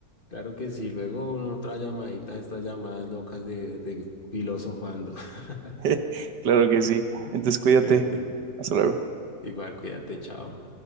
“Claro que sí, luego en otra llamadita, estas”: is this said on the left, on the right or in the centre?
Left